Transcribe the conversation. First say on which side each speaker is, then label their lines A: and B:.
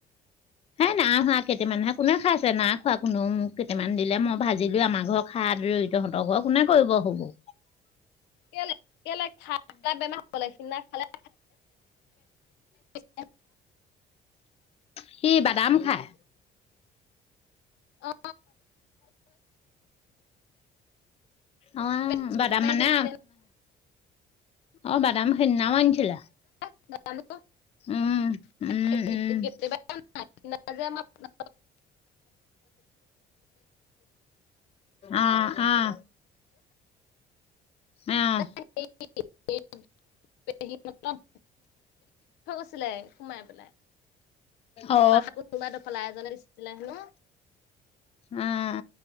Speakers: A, on the left; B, on the left.
A: হেই নাই খোৱা, কেইটামান হে কোনে খাইছে, না খোৱা কোনেও, মোক কেইটামান দিলে মই ভাজিলো আমাৰ ঘৰত খাৰি তহঁতৰ ঘৰ কোনে কৰিব সুবোৰ?
B: কেইলে কেইলে খাই বেমাৰ হ'ব লাগি সিনা খালে <unintelligible>
A: সি বাদাম খায়।
B: অ
A: অ'
B: পেট চিকুট
A: দাদাম
B: মাৰি
A: মানে
B: ধৰিছে
A: অ' দাদাম সেইদিনাও আনিছিলে।
B: <unintelligible>
A: উম উম উম অ', অ'। উম।
B: <unintelligible> <unintelligible> আছিলে সোমাই পেলাই।
A: অ
B: পাহ কোনোনোবা এডখলা এজনে দিছিলে হেনো।
A: উম।